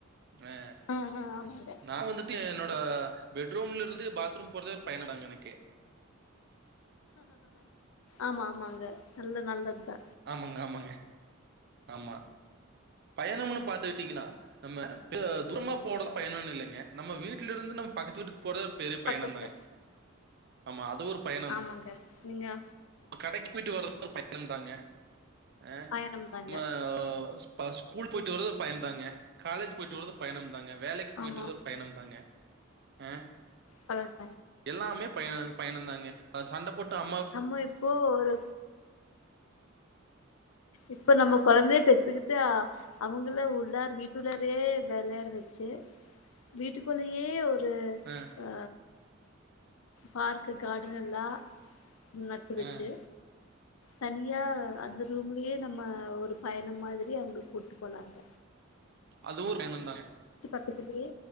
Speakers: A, on the right; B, on the left.
A: அ
B: ஆ ஆ ஆமாங்க
A: நா வந்துட்டு என்னோட ஆ பெட்ரூம்ல இருந்து பாத்ரூம் போறத ஒரு பயணோ தாங்க எனக்கு
B: ஆமா ஆமாங்க நல்ல நல்லது தா
A: ஆமாங்க ஆமாங்க ஆமா பயணம்னு பாத்தி ங்கன்னா நம்ம தூரமா போறது பயணோன்னு இல்லைங்க நம்ம வீட்டில இருந்து நம்ம பக்கத்து வீட்டுக்கு போறது பெரிய பயண
B: பக்கத்துல
A: தாங்க ஆமா அது து ஒரு பயணம்
B: ஆமாங்க நீங்க நா
A: கடைக்கு போயிட்டு வரு து பயணம் தாங்க அஹ்
B: பயணம் தாங்க
A: மஹ ப ஸ்கூல் போயிட்டு வருறது ஒரு பயணதாங்க காலேஜ் போயிட்டு வருறது பயணம்தாங்க வேலைக்கு போயிட்டு
B: ஆமா
A: வரது ஒரு பயணம் தாங்க அஹ்
B: அ
A: எல்லாமே பயண பயணந்தாங்க அஹ் சண்ட போட்டு அப்
B: நம்ம இப்போ ஒரு இப்ப நம்ம கொழந்தைய பெத்துக்கிட்டு அவங்கல்லா உள்ளார் வீட்டுள்ளாரே வெளையாட வச்சு வீட்டுக்குள்ளேயே ஒரு
A: ஆஹ்
B: அ பார்க்கு கார்டன் எல்லா நட்டு வெச்சு
A: அ
B: தனியா அந்த ரூம்லயே நம்ம ஒரு பயணம் மாதிரி அங்க கூட்டு போலாங்க
A: அது ஒரு பயணந்தானே
B: க்கத்துலயே